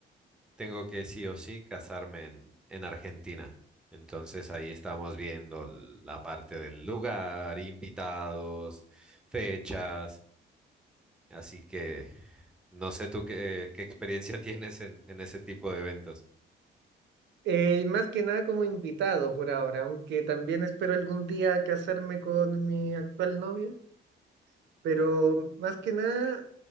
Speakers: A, in the centre; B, on the right (about 65°).
A: tengo que sí o sí casarme en, en Argentina. Entonces ahí estamos viendo l- la parte del lugar, invitados, fechas. Así que no sé tú qué, qué experiencia <laughs> tienes en, en ese tipo de eventos.
B: Eh, más que nada como invitado por ahora, aunque también espero algún día casarme con mi actual novia, pero más que nada